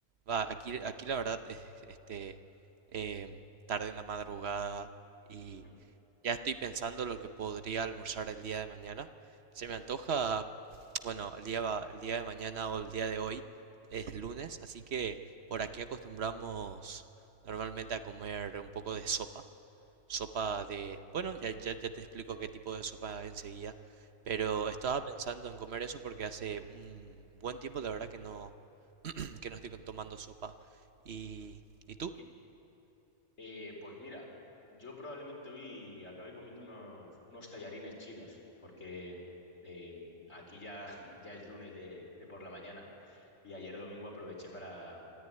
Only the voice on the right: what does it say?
Va, aquí, aquí la verdad es, este, em, tarde en la madrugada y
ya estoy pensando lo que podría almorzar el día de mañana. Se me antoja, bueno, el día, va- el día de mañana o el día de hoy es lunes, así que por aquí acostumbramos normalmente a comer un poco de sopa. Sopa de... Bueno, ya, ya, ya te explico qué tipo de sopa enseguida, pero
estaba pensando en comer eso porque hace un buen tiempo, la verdad, que no, <clears throat> que no estoy con- tomando sopa. ¿Y, ¿y tú?